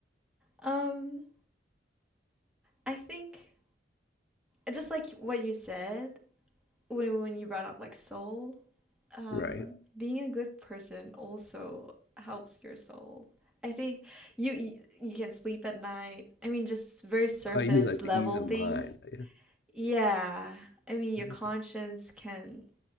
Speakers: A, in the centre; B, on the left (about 65°).
A: Um, I think just like what you said when when you brought up like soul, um,
B: Right.
A: Right. um, being a good person also helps your soul. I think you you you can sleep at night. I mean, just very surface
B: Oh, you mean like
A: level
B: the ease of
A: things.
B: mind? Yeah.
A: Yeah. I mean, your
B: Okay.
A: conscience can